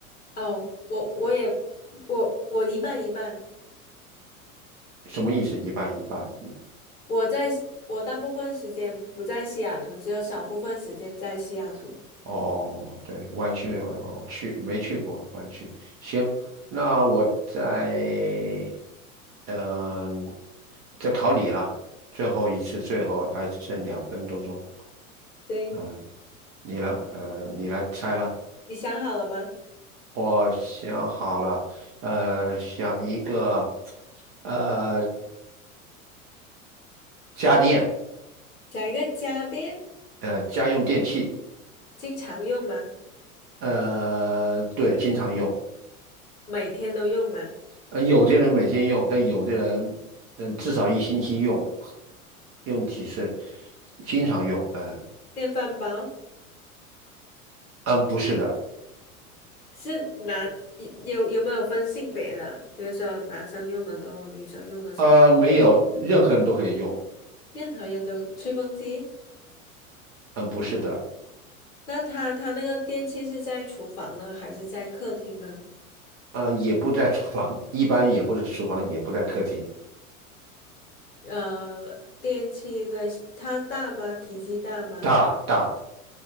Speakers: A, on the left (about 85°); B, on the right (about 35°).
A: 哦，我我也我我一半一半，
B: 什么意思？一半一半。
A: 我在西我大部分时间不在西雅图，只有少部分时间在西雅图。
B: 哦，对，湾区我去没去过湾区。行，那我在嗯、在考你了，最后一次，最后还剩两分多钟。
A: 行，
B: 嗯、你来，呃，你来猜了。
A: 你想好了吗？
B: 我想好了，呃，想一个，呃。家电，
A: 讲一个家电，
B: 呃，家用电器，
A: 经常用吗？
B: 呃，对，经常用。
A: 每天都用吗？
B: 呃，有的人每天用，但有的人，嗯、至少一星期用，用几次，经常用。嗯、
A: 电饭煲
B: 嗯、不是的，
A: 是男，有有没有分性别的？比如说男生用的多，女生用的少，
B: 呃，没有，任何人都可以用。
A: 任何人都。吹风机，
B: 嗯、不是的，
A: 那它它那个电器是在厨房呢，还是在客厅呢？
B: 呃，也不在厨房，一般也不是厨房，也不在客厅。
A: 呃，电器类似它大吗？体积大吗？
B: 大大